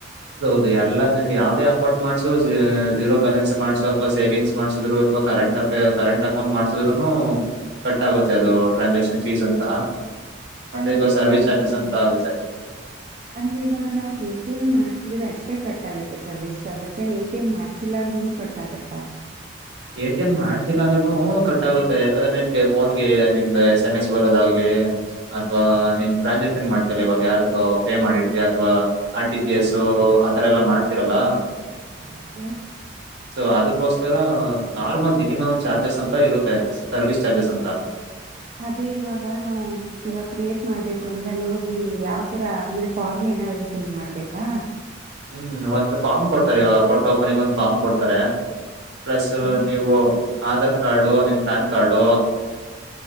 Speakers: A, on the right; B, on the right.
A: ಅದು ಎಲ್ಲ ಯಾವ್ದೇ ಅಕೌಂಟ್ ಮಾಡ್ಸು ಜೀರೋ ಬ್ಯಾಲೆನ್ಸ್ ಮಾಡ್ಸೋ ಅಥವಾ ಸೇವಿಂಗ್ಸ್ ಮಾಡ್ಸಿದ್ರು ಅಥವಾ ಕರೆಂಟ್ ಅ ಕರೆಂಟ್ ಅಕೌಂಟ್ ಮಾಡಸಿದ್ರುನು ಕಟ್ ಆಗುತ್ತೆ ಅದು ಟ್ರಾನ್ಸಾಕ್ಷನ್ ಫೀಸ್ ಅಂತ. ಮತ್ತೆ
B: ಅಂದ್ರೆ
A: ಈಗ ಸರ್ವಿಸ್
B: ಇವಾಗ
A: ಚಾರ್ಜಸ್ ಅಂತ ಆಗುತ್ತೆ.
B: ಅಂದ್ರೆ ಇವಾಗ ನಾವ್ ಎ ಟಿ ಎಂ ಮಾಡ್ಸಿದ್ರೆ ಅಷ್ಟೇ ಕಟ್ ಆಗತ್ತ ಸರ್ವಿಸ್ ಚಾರ್ಜಸ್ ಏನ್ ಎ ಟಿ ಎಂ ಮಾಡ್ಸಿಲ್ಲ ಅಂದ್ರನು ಕಟ್ ಆಗುತ್ತಾ.
A: ಎ ಟಿ ಎಂ ಮಾಡ್ಸಿಲ್ಲ ಅಂದ್ರೂ ಕಟ್ಟ ಆಗುತ್ತೆ ಯಾಕಂದ್ರೆ ನಿನ್ಗೆ ಫೋನ್ಗೆ ನಿಮ್ದ ಎಸ್ ಏಮ್ ಎಸ್ ಬರೋದಾಗ್ಲಿ. ಅಥವಾ ನಿನ್ ಟ್ರಾನ್ಸಾಕ್ಷನ್ ಮಾಡ್ ಇವಾಗ ಯಾರ್ದು ಪೇ ಮಾಡಿ ಅಥವಾ ಆರ್ ಟಿ ಪಿ ಎಸ್ ಆ ತರ ಎಲ್ಲ ಮಾಡ- ಮಾಡ್ತಾರಲ್ಲ.
B: ಓಕೆ
A: ಸೊ ಅದಕೋಸ್- ಸರ. Normal minimum. ಚಾರ್ಜಸ್ ಅಂತ ಇರುತ್ತೆ ಸರ್ವಿಸ್ ಚಾರ್ಜಸ್ ಅಂತ.
B: ಅದೇ ಇವಾಗ ನಾವು ಇವಾಗ ಕ್ರಿಯೇಟ್ ಮಾಡ್ಬೇಕು ಅಂದ್ರೆ ಅಲ್ಲಿ ಹೋಗಿ ಯಾವ್ತರ ಅಂದ್ರೆ ಫಾರ್ಮ್ ಏನಾದ್ರೂ ಫಿಲ್ ಮಾಡ್ಬೇಕಾ.
A: ಹ್ಮ್ ಒಂದು ಫಾರ್ಮ್ ಕೊಡ್ತಾರೆ ಇವಾಗ ಅಕೌಂಟ್ ಓಪನಿಂಗ್ ಒಂದ್ ಫಾರ್ಮ್ ಕೊಡ್ತಾರೆ. ಪ್ಲಸ್
B: ಓಕೆ
A: ನೀವು. ಆಧಾರ್ ಕಾರ್ಡು ನಿನ್ ಪ್ಯಾನ್ ಕಾರ್ಡು